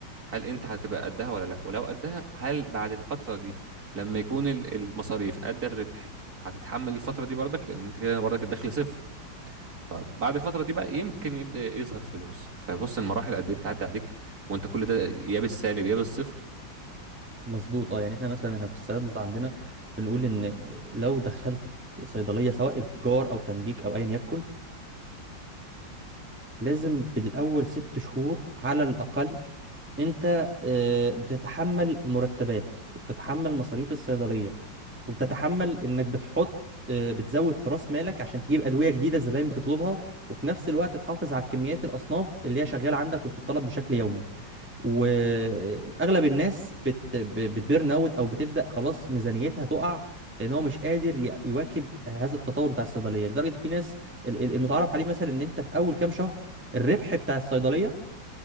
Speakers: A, on the right; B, in the centre.
A: هل أنت هتبقى قدها ولا لأ ولو قدها هل بعد الفترة دي لما يكون ال- المصاريف قد الربح هتتحمل الفترة دي برضك لأن أنت كده برضك الدخل صفر طب بعد الفترة دي بقى يمكن يبدأ يظهر فلوس فبص المراحل قد إيه بتعدي عليك وأنت كل ده يا بالسالب يا بالصفر
B: مظبوط اه يعني احنا مثلا هنا في الصيدله عندنا بنقول ان لو دخلت صيدليه سواء ايجار او تمليك او ايا يكن لازم بالاول ست شهور على الاقل انت آه، بتتحمل مرتبات وبتتحمل مصاريف الصيدليه وبتتحمل انك بتحط آه، بتزود في راس مالك عشان تجيب ادويه جديده الزباين بتطلبها وفي نفس الوقت تحافظ على كميات الاصناف اللي هي شغاله عندك وبتطلب بشكل يومي واغلب الناس بت... ب- بتبيرن اوت او بتبدا خلاص ميزانيتها تقع لان هو مش قادر ي- يواكب هذا التطور بتاع الصيدليه لدرجه في ناس ال- ال- المتعارف عليه مثلا ان انت في اول كام شهر الربح بتاع الصيدليه